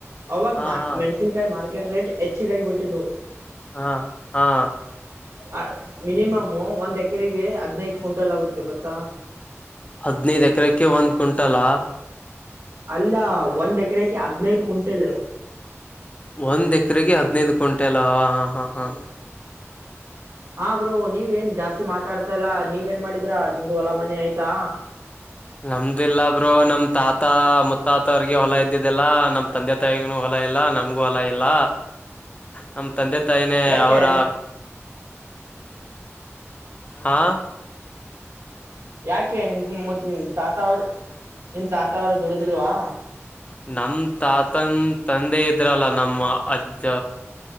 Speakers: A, on the right; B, on the left.
A: ಅವಾಗ
B: ಹಾ
A: ಮಾರ್
B: ಹಾ
A: ಮೆಣಸಿನ್ ಕಾಯಿ ಮಾರ್ ಟಿಕೆಟ್ ರೇಟ್ ಹೆಚ್ಚಿಗಾಗಿ ಬಿಟ್ಟು
B: ಹಾ ಹಾ
A: ಹ ಮಿನಿಮಮ್ ಒಂದ್ ಎಕರೆಗೆ ಹದ್ನೈದು ಕ್ವಿಂಟಲ್ ಆಗುತ್ತೆ ಗೊತ್ತಾ
B: ಹದ್ನೈದ ಎಕರೆಕ್ಕೆ ಒಂದ್ ಕ್ವಿಂಟಲಾ
A: ಅಲ್ಲ ಒಂದ್ ಎಕರೆಗೆ ಹದ್ನೈದು ಕು್ಂಟೆಲ್
B: ಒಂದ ಎಕರೆಗೆ ಹದಿನೈದು ಕ್ಂಟೆಲ್ಾ ಹಾ ಹಾ
A: ಹ ಬ್ರೋ ನೀವ್ ಏನ್ ಜಾಸ್ತಿ ಮಾತಾಡ್ತಾ ಇಲ್ಲಾ ನೀವ್ ಏನ್ ಮಾಡಿದ್ರ ನಿಮ್ದು ಹೊಲ ಮನೆ ಆಯ್ತಾ
B: ನಮ್ದ ಇಿಲ್ಲಾ ಬ್ರೋ ನಮ್ ತಾತ ಮುತ್ತಾತ ವರಿಗೆ ಹೊಲಾ ಇದ್ದಿದೆಲ್ಲ ನಮ ತಂದೆ ತಾಯಿಗೂ ಹೊಲ ಇಲ್ಲ ನಮ್ಗೂ ಹೊಲ ಇಲ್ಲ ನಮ ತಂದೆ ತಾಯಿನೇ
A: ಯಾಕೆ
B: ಅವ್ರ
A: ನಿಮ್
B: ಆ
A: ಯಾಕೆ ನಿಮ್ದದ್ ತಾತ ಅವರು ನಿಮ್ ತಾತ ಅವರು ದುಡ್ದಿಲ್ವಾ
B: ನಮ್ ತಾತನ್ ತಂದೆ ಇದ್ರಲ್ಲ ನಮ್ಮ ಅಜ್ಜ